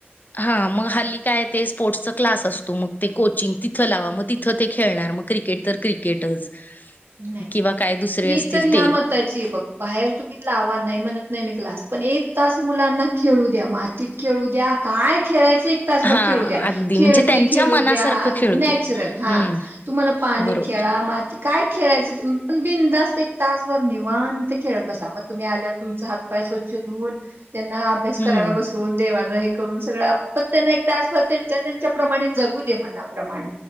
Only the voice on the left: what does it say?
हा मग हल्ली काय? ते स्पोर्ट्सचा क्लास असतो. मग ते कोचिंग तिथं लावा मग तिथं ते खेळणार. मग क्रिकेट तर क्रिकेटच
किंवा काय दुसरे
असतील
ते
हां,
अगदी
म्हणजे त्यांच्या
मनासारखं
खेळू
देत.
हं,
बरोबर.
हं.